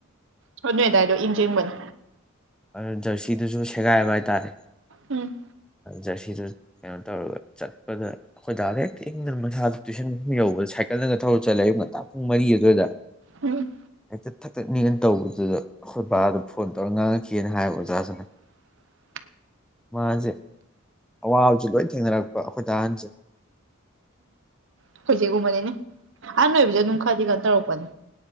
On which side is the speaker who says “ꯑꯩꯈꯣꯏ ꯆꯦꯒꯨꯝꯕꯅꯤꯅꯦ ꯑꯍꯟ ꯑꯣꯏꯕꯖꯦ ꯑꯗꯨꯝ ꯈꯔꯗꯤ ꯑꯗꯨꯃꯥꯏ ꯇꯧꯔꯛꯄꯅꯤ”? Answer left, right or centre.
Right